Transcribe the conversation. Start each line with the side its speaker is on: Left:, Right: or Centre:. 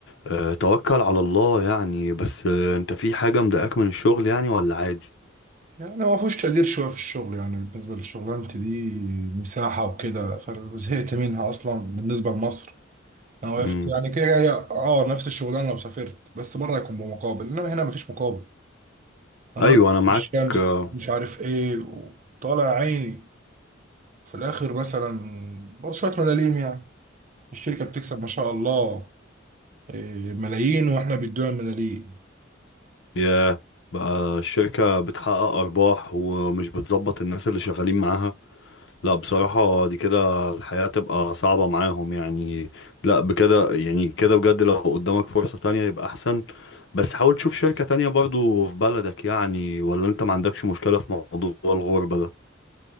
Left: آه، توكل على الله يعني بس آه، انت في حاجة مضايقاك من الشغل يعني ولا عادي
Right: يعني ما فيهوش تقدير شويه في الشغل يعني بالنسبه لشغلانتي دي مساحه وكده فزهقت منها اصلا بالنسبه لمصر انا وقفت
Left: مم.
Right: يعني كده هي اه نفس الشغلانه لو سافرت بس بره يكون بمقابل انما هنا مفيش مقابل انا
Left: ايوه
Right: واقف
Left: انا معاك
Right: في الشمس
Left: آه،
Right: مش عارف ايه وطالع عيني في الاخر مثلا برضه شويه ملاليم يعني الشركه بتكسب ما شاء الله إيه، ملايين واحنا بيدونا ملايين
Left: يا بقى الشركة بتحقق ارباح ومش بتظبط الناس اللي شغالين معاها لا بصراحة دي كده الحياة تبقى صعبة معاهم يعني لا بكده يعني كده بجد لو قدامك فرصة تانية يبقى أحسن بس حاول تشوف شركة تانية برضو في بلدك يعني ولا أنت ما عندكش مشكلة في موضوع الغربة ده